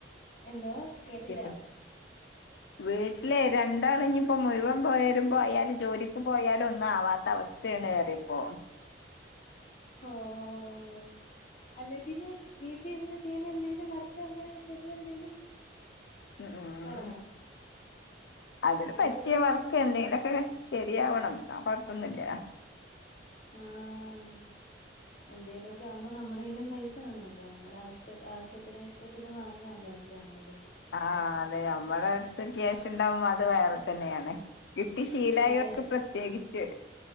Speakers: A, on the left; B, on the left.
A: എന്തോ കേട്ടില്ല
B: പിന്നെ വീട്ടിലെ രണ്ടാള് ഇനിപ്പോ മുഴുവൻ പോയാലും പോയാലും ജോലി പോയാലും ഒന്നും ആവാത്ത അവസ്ഥയാണ് ഏറിയപ്പോ
A: ഓഹ് അല്ലെ പിന്നെ വീട്ടിരുന്ന് ചെയ്യുന്ന എന്തേലും വർക്ക് അങ്ങനെ ചെറിയ എന്തേലും
B: ഉം ഉം
A: തുടങ്ങണം
B: അതിന്
A: അങ്ങനൊക്കെ
B: പറ്റിയ
A: തുടങ്ങുമ്പം
B: വർക്ക് എന്തേലൊക്കെ ശെരിയാവണം എന്നാ കൊഴപ്പൊന്നില്ല
A: ആഹ് എന്തേലുക്കെ ആവുമ്പോ നമ്മുടേലും പൈസ കാണുവല്ലോ നമ്മുടെ ആവശ്യ ആവശ്യത്തിന് ഇഷ്ടത്തിന് വാങ്ങാലോ എന്താണേലും
B: ആ അതെ നമ്മുടെ അടുത്ത് ക്യാഷ് ഇണ്ടാവുമ്പോ അത് വേറെ തന്നെയാണ് കിട്ടി ശീലായ
A: അതെ
B: ഒക്കെ പ്രത്യേകിച്ച്